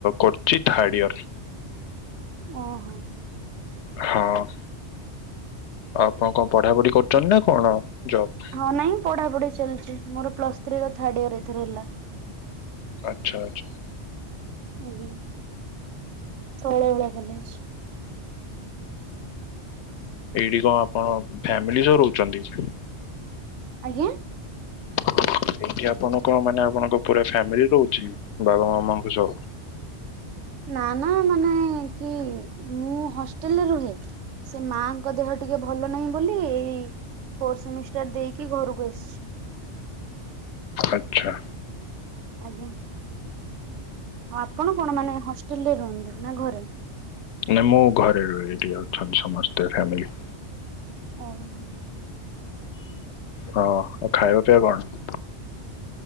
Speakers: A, on the left; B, on the right.
A: କରୁଚି ଥାର୍ଡ ଇୟର୍।
B: ଓହୋ।
A: ହଁ। ଆପଣ କଣ ପଢାପଢି କରୁଚନ୍ତି ନା କଣ ଜବ୍?
B: ହଁ ନାଇଁ ପଢାପଢି ଚାଲ୍ଚି ମୋର ପ୍ଲସ୍ ଥ୍ରୀ ର ଥାର୍ଡ ଇଅର୍ ଏଇଥର ହେଲା।
A: ଆଚ୍ଛା-ଆଚ୍ଛା।
B: ଆଜ୍ଞା, ତଳ ଭଳିଆ <inaudible>
A: ଏଇଠି କଣ ଆପଣ ଫ୍ୟାମିଲି ସହ ରହୁଚନ୍ତି?
B: ଆଜ୍ଞା।
A: ହ ଏଇଠି ଆପଣ କଣ ମାନେ ଆପଣଙ୍କ ପୁରା ଫ୍ୟାମିଲି ରହୁଚି ବାବା ମାମାଙ୍କ ସହ?
B: ନା-ନା ମାନେ କି ମୁଁ ହଷ୍ଟେଲରେ ରୁହେ। ସେ ମାଙ୍କ ଦେହ ଟିକେ ଭଲ ନାହିଁ ବୋଲି ଏଇ ଫୋର୍ ସେମିଷ୍ଟାର୍ ଦେଇକି ଘରକୁ ଆସିଚି।
A: ଆଚ୍ଛା।
B: ଆଜ୍ଞା। ଆଉ ଆପଣ କଣ ମାନେ ହଷ୍ଟେଲ୍ ରେ ରୁହନ୍ତି ନା ଘରେ?
A: ନାଇଁ ମୁଁ ଘରେ ରୁହେ, ଏଠି ଅଛନ୍ତି ସମସ୍ତେ ଫ୍ୟାମିଲି।
B: ଓହୋ।
A: ହଁ ଆଉ
B: ଆଜ୍ଞା।
A: ଖାଇବା ପିଇବା କଣ?